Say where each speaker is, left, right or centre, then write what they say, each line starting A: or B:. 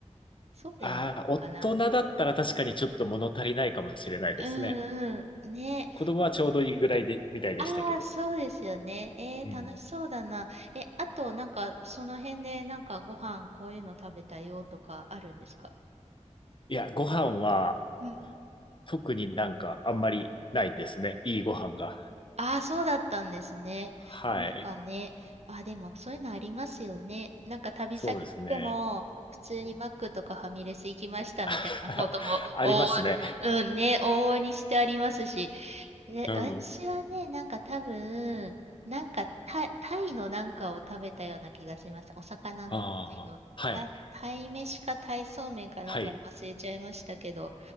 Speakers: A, on the right; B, on the left.
A: そうでもないのかな。
B: ああ、大人だったら確かにちょっと物足りないかもしれないですね。
A: うんうん。ね
B: 子供はちょうどいいぐらいで、みたいでしたけど。
A: ああ、そうですよね。えー、
B: うん。
A: 楽しそうだな。え、あと、なんか、その辺で、なんか、ご飯、こういうの食べたよとか、あるんですか
B: いや、ご飯は
A: うん。
B: 特になんかあんまりないですね。いいご飯が。
A: ああ、そうだったんですね。
B: はい。
A: なんかね、あ、でもそういうのありますよね。なんか旅先来ても、
B: そうですね。
A: 普通にマックとかファミレス行きましたみたいなことも往々に、
B: うん。<laughs> ありますね。
A: うんね、往々にしてありますし、え、
B: うん。
A: 私はね、なんか多分、なんかタイ、タイのなんかを食べたような気がしました。お魚のタイの、
B: ああ、はい。
A: タイ、タイ飯かタイそうめんかなんか忘れちゃいましたけど、
B: はい。